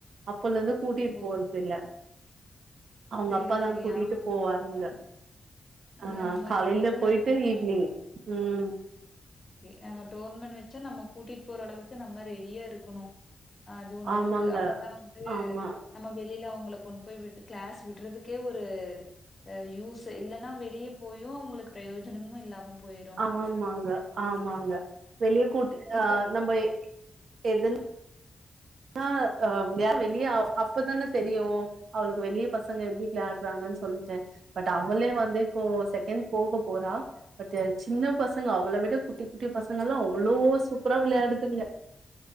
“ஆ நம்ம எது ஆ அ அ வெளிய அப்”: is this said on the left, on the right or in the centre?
Right